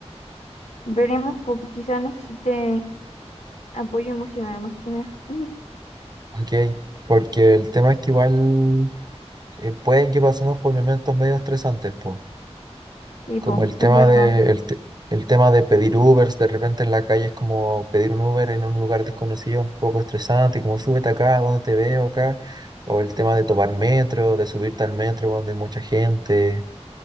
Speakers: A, on the left; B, on the right.
A: Veremos, pues quizá necesite apoyo emocional más que nada. <laughs>
B: Ok, porque el tema es que igual eh, pueden que pasemos por momentos medio estresantes, pues.
A: Sí,
B: Como
A: pues,
B: el tema
A: es verdad.
B: de, el, te- el tema de pedir Ubers, de repente en la calle es como pedir un Uber en un lugar desconocido, un poco estresante, como súbete acá, ¿dónde te veo acá? O el tema de tomar metro, de subirte al metro cuando hay mucha gente,